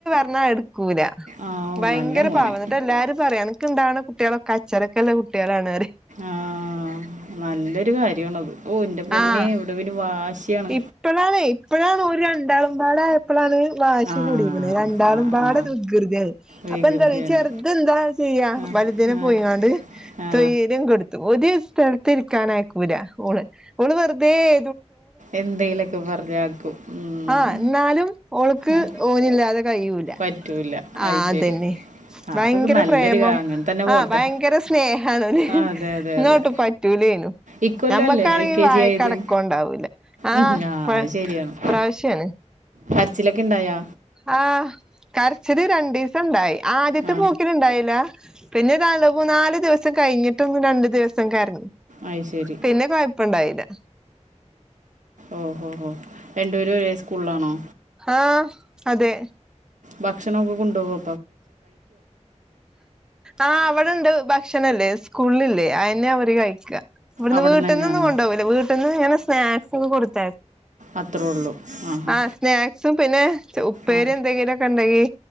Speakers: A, in the centre; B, on the right.
A: ന്നാ എടുക്കൂല
B: ആ ഓ
A: ഭയങ്കര
B: നല്ല മോന്
A: പാവ ന്നിട്ട് എല്ലാരും പറയും അനക്ക് ഇണ്ടാവ്ണ കുട്ടികളൊക്കെ ചെടക്കല്ല കുട്ടിയളാണ് റി
B: ആഹ് നല്ലൊരു കാര്യണത് ഓഹ് ന്റെ പൊന്നെ
A: ആഹ്
B: ഇവിടെ പിന്നെ വാശിയാണ്
A: ഇപ്പഴാണ് ഇപ്പഴാണ് ഒരു രണ്ടാളുംമ്പാട പ്പളാണ് വാശി
B: ആ
A: കൂടിക്ക്ണ് രണ്ടാളും
B: ആ
A: പാടെ
B: ആ
A: വൃകൃതിയാണ്
B: വികൃതിയാണ്
A: അപ്പൊ എന്താ റിയോ ഈ ചെർത് ന്താ ചെയ്യാ
B: ആ
A: വലുത് നെ
B: ആ
A: പോയിങ്ങാണ്ട്
B: ആ
A: തൈര്യം കൊടുത്തു ഒരു സ്ഥലത്ത് ഇരിക്കാനയക്കൂല ഓള്. ഓള് വെറുതെ ഏ
B: എന്തെലൊക്കെ പറഞ്ഞാക്കും ഉം
A: ആഹ് ന്നാലും ഓൾക്ക്
B: ആ
A: ഓനില്ലാതെ കയൂല
B: പറ്റൂല
A: ആഹ്
B: അത്
A: അതെന്നെ
B: ശരി ആ
A: ഭയങ്കര
B: അതൊക്കെ നല്ലൊരു
A: പ്രേമം
B: കാ- അങ്ങനെ തന്നെ
A: ആഹ്
B: പോട്ടെ
A: ഭയങ്കര സ്നേഹണ് ഓന്
B: ആ, അതെ അതെ
A: ന്നാ
B: അതെ
A: ഒട്ട് പറ്റൂലെനും
B: ഇക്കൊല്ലല്ലേ
A: ഞമ്മക്കാണെങ്കിൽ
B: എൽ കെ
A: വായക്കടക്കണ്ടാവൂല്ല
B: ജി ആയത്
A: ആഹ്
B: ഉം, ആ അത് ശരിയാണ്
A: ഇപ്രാവശ്യണ്
B: കരച്ചിലൊക്കെ ഇണ്ടായാ
A: ആഹ് കര്ച്ചില് രണ്ടീസം ഇണ്ടായി ആദ്യത്തെ
B: ആ
A: പോ ണ്ടായില്ല പിന്നെരണ്ടു മൂന്നാല് ദിവസം കഴിഞ്ഞിട്ടൊന്നും രണ്ട് ദിവസം കര്ഞ്ഞ്
B: അയ്ശെരി
A: പിന്നെ കൊഴപ്പണ്ടായില
B: ഓഹ് ഹോ ഹോ രണ്ടുപേരും ഒരേ സ്കൂൾലാണോ
A: ആഹ് അതെ
B: ഭക്ഷണം ഒക്കെ കൊണ്ടോവോ
A: ആഹ് അവടെണ്ട് ഭക്ഷണല്ലേ സ്കൂളില്ലേ അ ന്നെ അവര് കഴിക്കാ ഇവിട്ന്ന്
B: അവിടെ
A: വീട്ട്ന്നൊന്നും
B: നിന്ന് തന്നെയാണോ
A: കൊണ്ടോവൂല വീട്ടിൽന്ന് ഇങ്ങനെ സ്നാക്സ് കൊടുത്തയ്
B: അത്രേ ഉള്ളൂ ആ ഹാ
A: ആഹ് സ്നാക്സും പിന്നെ ച് ഉപ്പേരി
B: ആ
A: എന്തെങ്കിലൊക്കെ ണ്ടെങ്കി